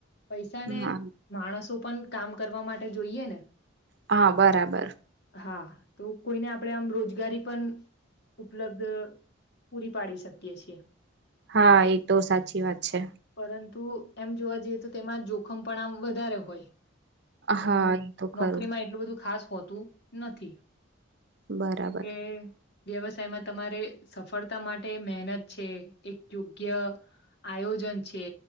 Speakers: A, on the left (about 55°); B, on the right (about 55°).
A: પયસા ને
B: હા
A: માણસો પણ કામ કરવા માટે જોઈએ ને.
B: હા, બરાબર.
A: હા, તો કોઈને આપડે આમ રોજગારી પણ ઉપલબ્ધ પૂરી પાડી શકીએ છીએ.
B: હા, એ તો સાચી વાત છે.
A: પરંતુ એમ જોવા જઈએ તો તેમાં જોખમ પણ આમ વધારે હોય.
B: હા
A: અ
B: એ તો ખરું
A: નોકરીમાં એટલું બધું ખાસ હોતું નથી
B: બરાબર
A: કેમકે વ્યવસાયમાં તમારે સફળતા માટે મહેનત છે એક યોગ્ય આયોજન છે. ટે